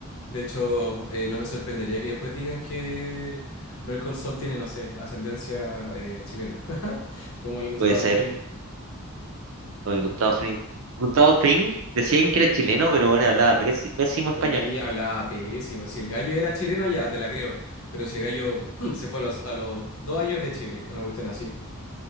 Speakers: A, on the left (about 70°); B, on the right (about 65°).
A: De hecho, eh, no me sorprendería que después digan que Merkel Sol tiene, no sé, ascendencia eh, chilena, <laughs> como el Gustavo
B: puede ser,
A: Fring.
B: o el Gustavo Fring. Gustavo Fring decían que era chileno, pero bueno, hablaba presi- pésimo español.
A: Y hablaba pésimo. Si el gallo era chileno, ya te la creo. Pero si el gallo <clears throat> se fue a los, a los dos años de Chile, una cuestión así.